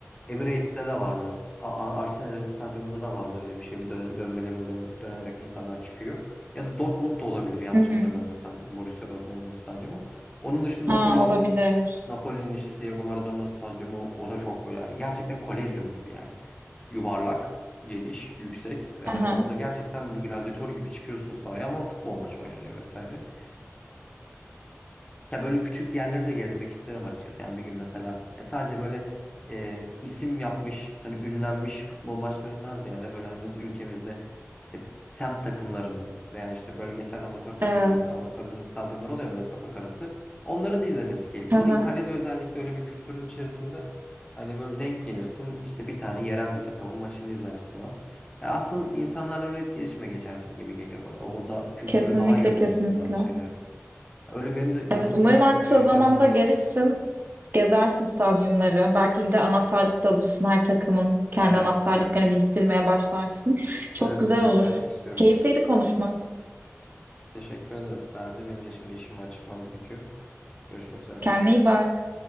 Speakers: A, on the left; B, on the right.
A: Emirates'te de vardı. A- A- Arsenal'in stadyumunda da vardı öyle bir şey. Bir dön dönmeli böyle dön- dönerek insanlar çıkıyor. Ya da Dortmund'da olabilir yanlış
B: Hı hı.
A: hatırlamıyorsam Borussia Dortmund'un stadyumu. Onun dışında
B: Ha
A: Napoli'nin
B: olabilir.
A: Napoli'nin işte Diego Maradona'nın stadyumu o da çok böyle yani gerçekten kolezyum gibi yani. Yuvarlak, geniş, yüksek ve
B: Haha.
A: hani orada gerçekten bir gladyatör gibi çıkıyorsun sahaya ama futbol maçı oynanıyor vesaire. Ya böyle küçük yerleri de gezmek isterim açıkçası. Yani bir gün mesela e, sadece böyle e, isim yapmış, hani ünlenmiş futbol maçlarından ziyade böyle hani nasıl ülkemizde işte semt takımlarının veya işte bölgesel amatör takımların,
B: Evet.
A: amatörlerin stadyumları oluyor böyle sokak arası. Onların da izlemesi keyifli
B: Haha.
A: olur. İtalya'da özellikle öyle bir kültürün içerisinde hani böyle denk gelirsin işte bir tane yerel bir takımın maçını izlersin o an. E, asıl insanlarla öyle etkileşime geçersin gibi geliyor bana. Orada kültürü
B: Kesinlikle
A: daha iyi öğrenirsin
B: kesinlikle.
A: bazı şeyleri. Öyle benim de
B: Evet
A: dediğiniz
B: umarım
A: gibi
B: en
A: bir
B: kısa
A: düşüncem
B: zamanda
A: var.
B: gelirsin. Gezersin stadyumları. Belki de anahtarlık da alırsın. Her takımın kendi
A: Evet,
B: anahtarlıklarını
A: evet.
B: biriktirmeye başlarsın. Çok
A: Öyle
B: güzel
A: bir koleksiyon
B: olur.
A: yapmak istiyorum.
B: Keyifliydi konuşmak.
A: Teşekkür ederim. Ben de benim de şimdi işim var çıkmam gerekiyor. Görüşmek üzere.
B: Kendine iyi bak.